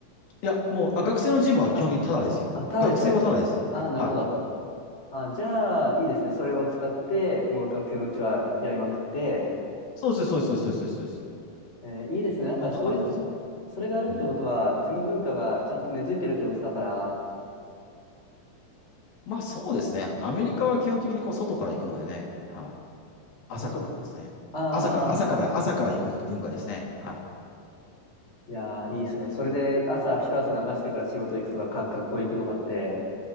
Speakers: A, on the left; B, on the left.
A: いや、もう、あ、学生のジムは基本的にタダですよ。
B: あ、あ、ただで使える。
A: 学生はタダです。
B: ああ、なるほど。
A: はい。
B: あ、じゃあ、いいですね。それを使って、もう学生のうちはやりまくって、
A: そうです、そうです、そうです、そうです。そうです
B: えーいいですね。なんかそういうのが、
A: そんな感じですね。
B: それがあるってことは、
A: うん。
B: 事務文化がちゃんと根付いてるってことだから、
A: まあそうですね。アメリカは基本的にこう外から行くのでね。はい。朝からですね。
B: 外、ああ、
A: 朝から、朝から、朝から行く文化ですね。はい。
B: いやー、いいですね。それで朝一汗流してから仕事行くとか、か学校行くとかって、